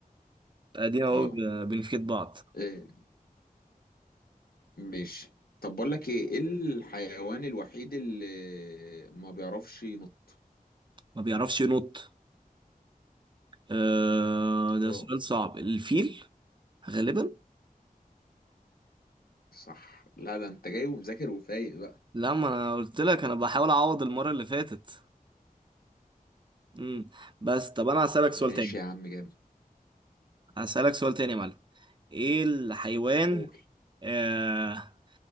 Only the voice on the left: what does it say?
اه
إيه ماشي طب بقول لك ايه ايه الحيوان الوحيد اللي ما بيعرفش ينط؟
اه
صح لا ده انت جاي ومذاكر وفايق بقى
ماشي
يا عم جامد
قول